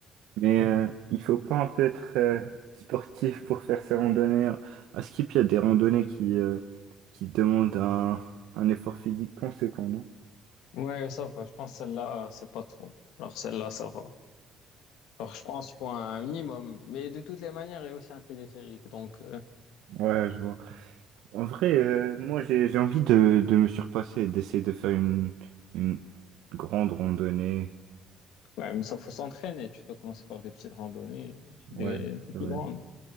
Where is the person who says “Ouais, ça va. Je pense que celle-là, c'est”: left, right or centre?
Left